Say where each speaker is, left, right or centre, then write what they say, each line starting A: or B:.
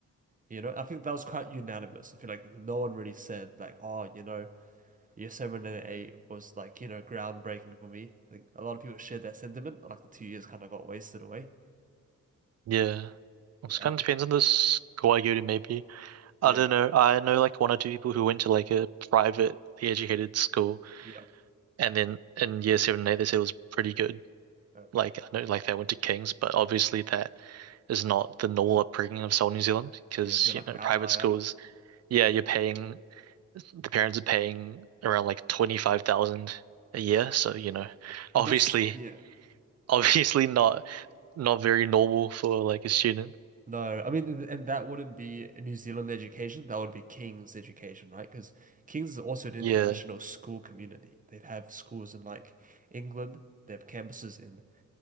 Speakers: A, on the right (about 25°); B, on the right (about 50°).
A: you know, I think that was quite unanimous. I feel like no one really said like, oh, you know, year seven and eight was like, you know, groundbreaking for me. I think a lot of people shared that sentiment. Like the two years kind of got wasted away.
B: Yeah. It
A: Yeah,
B: kind of depends on the school I go to, maybe. I
A: yeah,
B: don't know. I know like one or two people who went to like a privately educated school,
A: yeah.
B: and then in year seven and eight, they said it was pretty good.
A: Okay.
B: Like, I know like they went to King's, but obviously that is
A: So,
B: not the normal
A: so
B: upbringing of South New Zealand because,
A: Yeah, be like
B: you know,
A: an outlier.
B: private schools, yeah, you're paying, the parents are paying around like 25,000 a year. So, you know,
A: And
B: obviously,
A: that's, yeah.
B: <laughs> obviously not, not very normal for like a student.
A: No, I mean, th- and that wouldn't be a New Zealand education. That would be King's education, right? Because King's is also an international
B: Yeah.
A: school community. They have schools in like England. They have campuses in